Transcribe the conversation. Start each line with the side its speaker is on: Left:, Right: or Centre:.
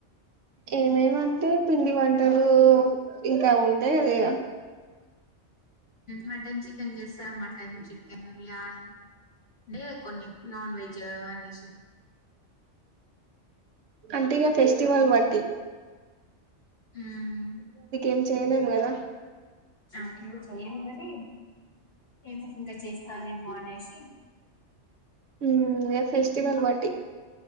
Right: ఏమేం అంటే పిండి వంటలు ఇంకా ఉంటాయి కదా ఇగ
Left: మటన్ చికెన్ చేస్తా మటన్ చికెన్ ఏలా అంటే కొన్ని నాన్ వెజ్ అనేషి
Right: అంటగా ఫెస్టివల్ మటి
Left: మ్మ్మ్
Right: ఏం చేయలేము కదా
Left: అవ్ను సేమ్గని ఏ విధంగా చేస్తారేమో అనేసి
Right: ఉమ్ ఇగ ఫెస్టివల్ బట్టి